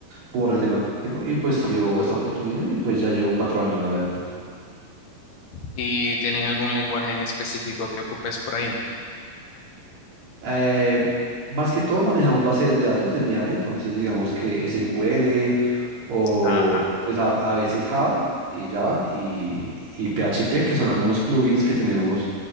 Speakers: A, on the right; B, on the left.
A: por el tema que tengo y pues dio esta oportunidad y pues ya llevo cuatro años, la verdad.
B: ¿Y tienen algún lenguaje en específico que ocupes por ahí?
A: Eh, más que todo manejamos bases de datos en mi área, entonces digamos que SQL o
B: Ajá,
A: pues a, a veces Java y Java y, y PHP, que son algunos plugins que tenemos